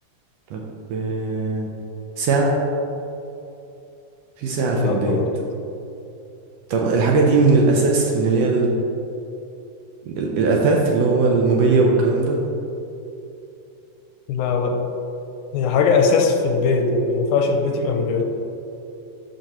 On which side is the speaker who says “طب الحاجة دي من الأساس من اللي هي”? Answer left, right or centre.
Right